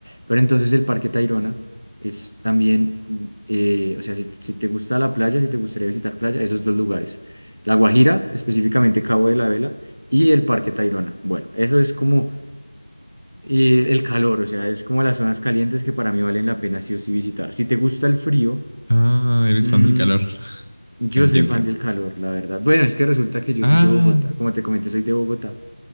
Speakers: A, on the right; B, on the left.
A: Pero entonces el Parque Tayrona es también, mm, eh, o sea, si, si te gusta la playa, si te gustaría visitar playa, esos dos lugares. La Guajira, específicamente Cabo de la Vela, y el Parque Tayrona. Bueno, eso es como eh, el calor, o sea, es como las zonas calientes que para mí valen la pena sí o sí visitar. Si te gusta el frío,
B: Ah, eres
A: mm,
B: fan del calor. <laughs>
A: yo
B: Eh,
A: soy
B: ya entiendo.
A: fan del calor, la verdad. Bueno, es que resulta que yo
B: Ah,
A: soy de Bogotá, como te comenté, soy de Bogotá